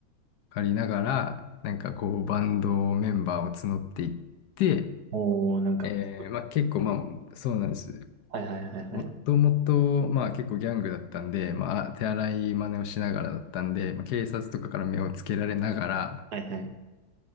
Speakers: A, on the left (about 80°); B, on the right (about 75°).
A: 借りながら、なんかこう、バンドメンバーを募っていって、
B: おー、なんか、
A: えーまあ結構、まあ、そうなんです。
B: はいはいはいはい。
A: もともと、まあ結構ギャングだったんで、まあ手荒い真似をしながらだったんで、まあ、警察とかから目をつけられながら、
B: はいはい。